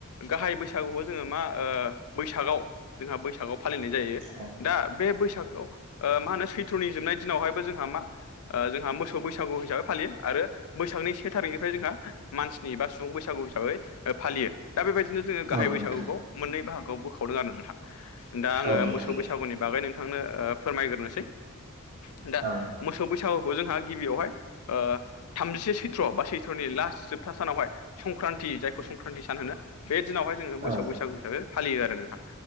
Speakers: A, on the left; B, on the right.
A: गाहाय बैसागुखौ जोङो मा ओ बैसागावआव जोंहा बैसागाव फालिनाय जायो
B: औ
A: दा बे बैसागआव मा होनो सैथ्र'नि जोबनाय दिनावहायबो जों जोंहा मा जोंहा मोसौ बैसागु हिसाबै फालियो आरो बैसागनि से थारिखनिफ्राय जोंहा मानसिनि बा सुबुं बैसागु हिसाबै फालियो दा बेबायदिनो जोङो गाहाय
B: औ
A: बैसागुखौ
B: नोंथां
A: मोननै बागोआव बोखावदों आरो नोंथां दा आङो
B: औ नोंथां
A: मोसौ बैसागुनि बागै नोंथांनो फोरमायग्रोनोसै दा
B: औ
A: मोसौ बैसागुखौ जोंहा गिबियावहाय ओ थामजिसे सैथ्र' बा सैथ्रनि लास्ट जोबथा सानावहाय संक्रान्ति जायखौ संक्रान्ति सान होनो बे दिनावहाय जोङो मोसौ
B: औ
A: बैसागु हिसाबै फालियो आरो नोंथां